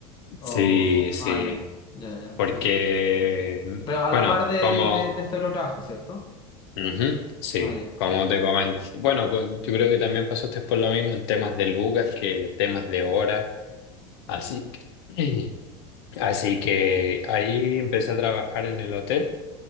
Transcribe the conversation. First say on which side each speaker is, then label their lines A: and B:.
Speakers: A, on the left; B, on the left.
A: O,
B: sí,
A: o-
B: sí,
A: ah, ya, ya, ya,
B: porque,
A: perfecto. Pero a
B: bueno,
A: la par de,
B: como,
A: de, de este otro trabajo, ¿cierto?
B: ujú, sí,
A: Ah, ya.
B: como te comenté, bueno, con- yo creo que también pasaste por lo mismo en temas de lucas que temas de horas, así que, <clears throat> así que ahí empecé a trabajar en el hotel.